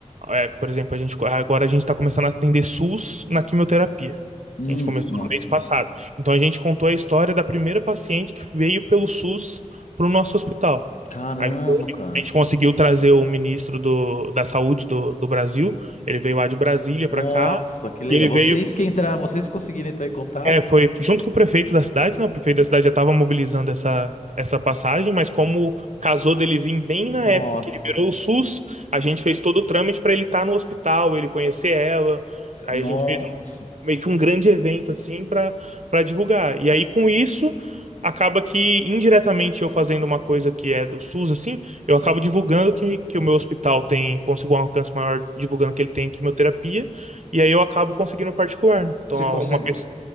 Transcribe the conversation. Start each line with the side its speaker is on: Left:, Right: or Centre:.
Right: é, por exemplo, a gente agora a gente está começando a atender SUS na quimioterapia.
Left: Hum,
Right: A gente começou
Left: que- nossa.
Right: no mês passado. Então a gente contou a história da primeira paciente que veio pelo SUS para o nosso hospital.
Left: Caramba,
Right: Aí foi,
Left: cara.
Right: a gente conseguiu trazer o ministro do, da Saúde do, do Brasil. Ele veio lá de Brasília para
Left: Nossa,
Right: cá.
Left: que legal.
Right: E ele
Left: Vocês
Right: veio
Left: que entraram, vocês conseguiram entrar em contato?
Right: é, foi junto com o prefeito da cidade, né? O prefeito da cidade já estava mobilizando essa, essa passagem, mas como
Left: Hum.
Right: casou dele vir bem na
Left: Nossa.
Right: época que liberou o SUS, a gente fez todo o trâmite para ele estar no hospital, ele conhecer ela. Aí
Left: Nossa.
Right: a gente fez um- meio que um grande evento assim para para divulgar. E aí com isso acaba que indiretamente eu fazendo uma coisa que é do SUS assim, eu acabo divulgando que, que o meu hospital tem conseguiu um alcance maior, divulgando que ele tem quimioterapia, e aí eu acabo conseguindo particular, né? Então
Left: Você conseguiu.
Right: uma pessoa